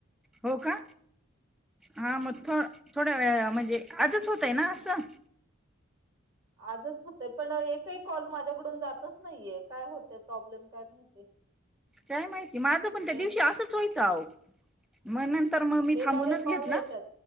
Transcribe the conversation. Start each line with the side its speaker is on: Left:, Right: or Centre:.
Centre: हो का हा मग थो थोड्या वेळ म्हणजे आजच होतय ना असं
Right: आजच होतय पण एकही कॉल माझ्याकडून जातच नाहीये काय होतय प्रॉब्लेम काय माहिती?
Centre: काय माहिती माझं पण त्या
Right: ये
Centre: दिवशी असंच व्हायचं अहो मग नंतर मग मी
Right: येणारे
Centre: थांबूनच
Right: कॉल
Centre: घेतलं
Right: येतात